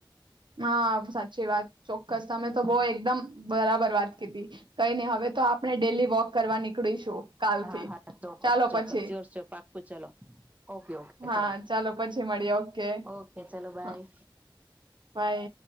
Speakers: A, on the right (about 65°); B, on the right (about 15°).
A: હા સાચી વાત, ચોક્કસ. તમે તો બહું એકદમ બરાબર વાત કીધી. કઈ નહી હવે તો આપણે ડેલી વોક કરવા નીકળીશું. કાલથી
B: હા, હા ચોક્કસ-ચોક્કસ
A: ચાલો પછી
B: સ્યોર-સ્યોર પાક્કું ચલો. ઓકે-ઓકે
A: હા
B: ચલો,
A: ચાલો પછી મળીએ ઓકે
B: ઓકે ચલો બાય.
A: હા બાય